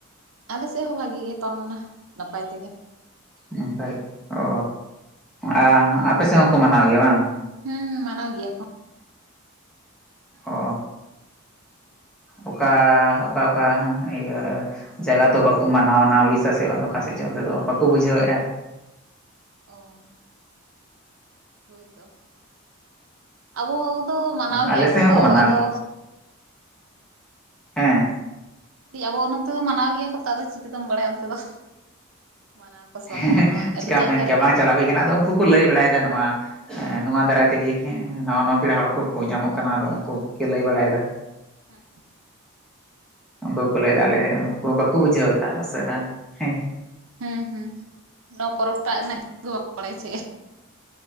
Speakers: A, on the right; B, in the centre.
A: ᱟᱞᱮ ᱥᱮᱫ ᱦᱚᱸ ᱵᱷᱟᱜᱤ ᱜᱮ ᱯᱟᱨᱚᱢᱱᱟ ᱱᱟᱯᱟᱭ ᱛᱮᱜᱮ᱾
B: <unintelligible> ᱚ ᱟᱨ ᱟᱯᱮ ᱥᱮᱫ ᱦᱚᱸᱠᱚ ᱢᱟᱱᱟᱣ ᱜᱮᱭᱟ ᱵᱟᱝ
A: ᱦᱮᱸ ᱢᱟᱱᱟᱣ ᱜᱮᱭᱟ ᱠᱚ
B: ᱚ ᱚᱠᱟ ᱚᱠᱟ ᱚᱠᱟ ᱤᱭᱟᱹ ᱡᱟᱭᱜᱟ ᱛᱚ ᱵᱟᱠᱚ ᱢᱟᱱᱟᱣᱱᱟ ᱩᱲᱤᱥᱥᱟ ᱥᱮᱫ ᱵᱟᱝ ᱚᱠᱟ ᱥᱮᱫ ᱚᱱᱛᱮ ᱫᱚ ᱵᱟᱠᱚ ᱵᱩᱡᱷᱟᱹᱣ ᱮᱼᱟ
A: ᱚ ᱦᱳᱭᱛᱚ ᱟᱵᱚ ᱫᱚ ᱢᱟᱱᱟᱣ
B: ᱟᱞᱮ
A: ᱜᱮᱭᱟ
B: ᱥᱮᱫ
A: ᱠᱚ
B: ᱦᱚᱸᱠᱚ
A: ᱛᱚ
B: ᱢᱟᱱᱟᱣ
A: ᱟᱫᱚ
B: ᱜᱮᱭᱟ ᱦᱮᱸ
A: ᱟᱵᱚ ᱱᱚᱱᱚᱛ ᱫᱚ ᱢᱟᱱᱟᱣ ᱜᱮᱭᱟ ᱠᱚ ᱛᱚ ᱟᱫᱚ ᱪᱤᱠᱟᱹᱛᱮᱢ ᱵᱟᱲᱟᱭᱟ ᱚᱱᱛᱮ ᱫᱚ ᱢᱟᱱᱟᱣ ᱟᱠᱚ ᱥᱮ ᱵᱟᱠᱚ
B: ᱦᱮᱸ
A: ᱢᱟᱱᱟᱣᱟ
B: ᱪᱤᱠᱟᱢ
A: ᱟᱹᱰᱤ ᱡᱟᱭᱜᱟ
B: ᱢᱮᱱ ᱠᱮᱭᱟ
A: ᱨᱮᱜᱮ
B: ᱵᱟᱝ
A: ᱟᱫᱚ
B: ᱪᱟᱞᱟᱣ ᱦᱩᱭ ᱠᱟᱱᱟ ᱟᱫᱚ ᱩᱱᱠᱩ ᱠᱚ ᱞᱟᱹᱭ ᱵᱟᱲᱟᱭᱮᱫᱟ
A: ᱦᱳᱭ
B: ᱱᱚᱣᱟ ᱮ ᱱᱚᱣᱟ ᱫᱟᱨᱟᱭᱛᱮ ᱛᱮᱜᱮᱮᱸ ᱱᱟᱣᱟ ᱱᱟ ᱯᱮᱲᱟ ᱦᱚᱲ ᱠᱚᱠᱚ ᱧᱟᱢᱚᱜ ᱠᱟᱱᱟ ᱟᱫᱚ ᱩᱱᱠᱩ ᱜᱮ ᱞᱟᱹᱭ ᱵᱟᱲᱟᱭᱮᱫᱟ
A: ᱦᱮᱸ
B: ᱩᱱᱠᱩ ᱠᱚ ᱞᱟᱹᱭ ᱫᱫᱟ ᱟᱞᱮ ᱩᱱᱠᱩ ᱵᱟᱠᱚ ᱵᱩᱡᱷᱟᱹᱣ ᱫᱟ ᱩᱥᱟᱹᱨᱟ ᱦᱮᱸ
A: ᱦᱮᱸ ᱦᱩᱸ ᱱᱚᱣᱟ ᱯᱚᱨᱚᱵᱽᱴᱟᱜ ᱨᱮᱱᱟᱜ ᱫᱚ ᱵᱟᱠᱚ ᱵᱟᱲᱟᱭᱟ ᱪ